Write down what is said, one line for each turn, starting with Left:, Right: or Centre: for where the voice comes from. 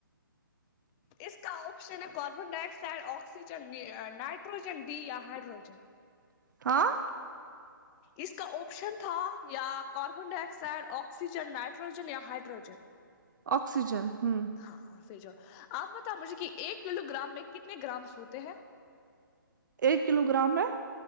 Left: اس کا آپشن ہے carbon dioxide oxygen nitrogen D یا ہائڈروجن
Right: ہاں
Left: اس کا آپشن تھا یا carbon dioxide oxygen nitrogen یا ہائڈروجن
Right: آکسیجن ہمم
Left: ہاں صحیح جواب آپ بتاؤ مجھے کی ایک کلو گرام میں کتنے گرامس ہوتے ہیں
Right: ایک کلو گرام میں